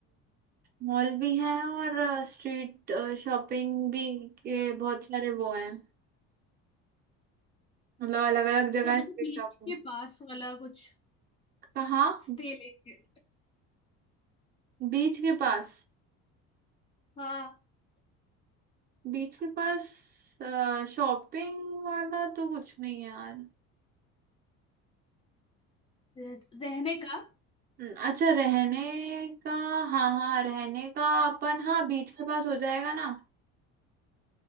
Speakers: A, on the right (about 30°); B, on the left (about 20°).
A: मॉल भी है और स्ट्रीट शॉपिंग भी के बहुत सारे वो हैं मतलब अलग अलग जगह
B: या मतलब
A: है स्ट्रीट
B: बीच
A: शॉपिंग
B: के पास वाला कुछ
A: कहाँ
B: स्टे लेके
A: बीच के पास
B: हाँ
A: बीच के पास शॉपिंग वाला तो कुछ नहीं है यार
B: रह- रहने का
A: हम्म, अच्छा रहने का हाँ हाँ रहने का अपन हाँ बीच के पास हो जाएगा ना